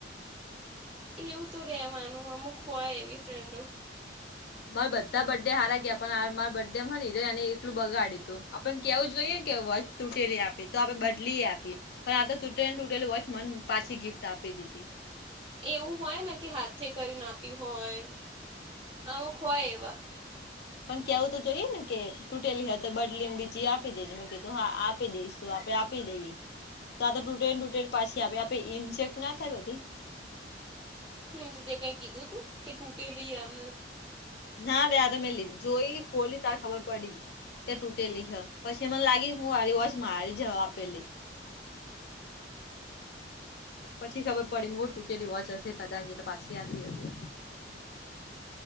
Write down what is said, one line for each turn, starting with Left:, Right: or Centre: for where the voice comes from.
Right: એવું તો રેવાનું અમુક હોય એવી ફ્રેન્ડો.
Left: મારે બધા બર્થડે હારા ગયા પણ આ મારા બર્ડે માંને એટલું બગાડ્યું તું આપણ કેવું જોઈએને કેવું તૂટેલી આપી તો આપણે બદલી આપીએ પણ આ તો તૂટેને તૂટેલી હોય મને પાછી ગિફ્ટ આપી દીધી.
Right: એવું હોય ને કે હાથે કરી ને આપી હોય, અમુક હોય એવા.
Left: પણ કેવું તો જોઈએ ને કે તૂટેલી હતી બદલી બીજી આપી દેજે મેં કીધું હા આપી દઈશ. તો આપડે આપી દઈએ તો આ તો ટૂટેન ટૂટેન પાછી આપ આપે ઇન્સેક્ટ ના થાય બધી
Right: હમ્મ, તો તે કઈ કીધું તું કે તૂટે લઈએ એમ?
Left: ના બેે તો મેં લીધી જોઈ ખોલી તાર ખબર પડી. કે તૂટેલી હે પછી મને લાગી હું વારી વોચ મારી જ આપેલી. પછી ખબર પડી મુ તૂટેલી વોચ હશે કદાચ એટલે પાછી આપી હશે.